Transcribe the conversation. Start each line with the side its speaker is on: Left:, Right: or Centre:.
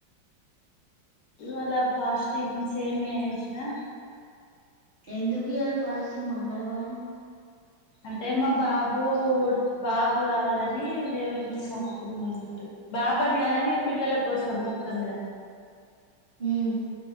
Left: ఇవ్వాల ఫాస్టింగ్, సేమియా జేసినా.
Right: ఎందుకు ఇయ్యాల ఫాస్టింగ్? మంగళవారం.
Left: అంటే, మా బాబు బాబు గావాలని దేవునికి మొక్కుకున్నాం అన్నట్టు. బాబాని గాదు గానీ, పిల్లల కోసం మొత్తం మీద.
Right: ఉమ్.